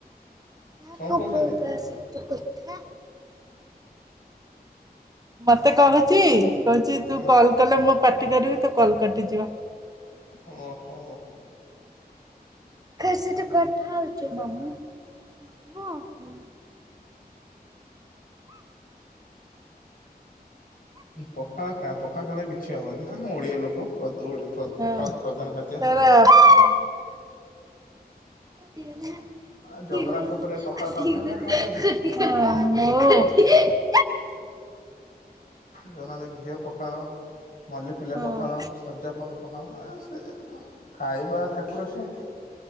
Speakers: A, on the right; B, on the left.
A: କାକୁ
B: କଣ କହୁଛନ୍ତି
A: ପକା <unintelligible> ସତ କଥା। ମତେ କହୁଛି କହୁଛି
B: ହଁ
A: ତୁ କଲ କଲେ ମୁଁ ପାଟି କରିବି ତ କଲ୍ କଟିଦିଅ।
B: ଓହୋ।
A: <unintelligible> କଥା ହଉଛ ମାମୁଁ ହଁ।
B: ପଖାଳ ଖା ପଖାଳ ଖାଇଲେ କିଛି ହବନି ଆମ ଓଡିଆ ଲୋକ ପଖାଳ ହୋଉଛି
A: ହଁ
B: ପ୍ରଧାନ
A: ଓଡ଼ିଶାର
B: ଖାଦ୍ୟ।
A: ପ୍ରଧାନ। <unintelligible>
B: ଆ ଜଗନ୍ନାଥ ଉପରେ ପଖାଳ ଖାଉଛନ୍ତି
A: <unintelligible>
B: ନା ଖାଉନାହାନ୍ତି ଯୋଉ ନହଲେ ଘିଅ ପଖାଳ ମଲ୍ଲିଫୁଲିଆ
A: ହଁ।
B: ପଖାଳ। ସଜା ଫଲ ପକାମ ସେ ଖାଇବା ଠାକୁର ସେ।